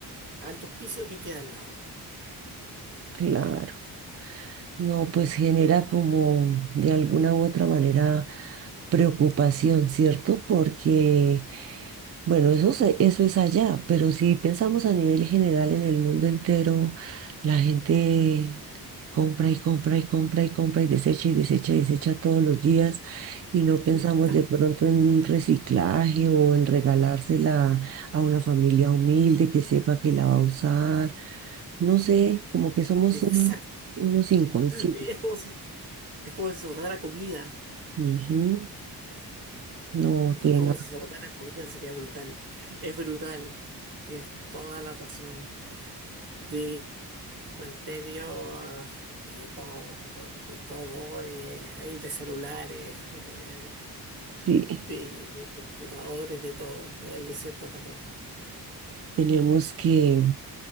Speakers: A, on the right; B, on the right.
A: al hospicio que queda al lado.
B: Claro. No, pues genera como de alguna u otra manera preocupación, ¿cierto? Porque Bueno, eso, se- eso es allá, pero si pensamos a nivel general en el mundo entero, la gente compra y compra y compra y compra y desecha y desecha y desecha todos los días y no pensamos
A: Exacto,
B: de pronto en un reciclaje o en regalársela a una familia humilde que sepa que la va a usar. No sé, como que somos
A: exacto.
B: un- unos inconscientes.
A: Es como si, es como si se botara comida.
B: Ujú, No,
A: Es
B: Tena,
A: como si se botara comida, sería brutal. Es brutal. Tienes toda la razón. De cementerio, ah, de todo, de todo, eh, ahí de celulares. eh,
B: sí,
A: de, de computadores, de todo, en el desierto de Atacama.
B: tenemos que...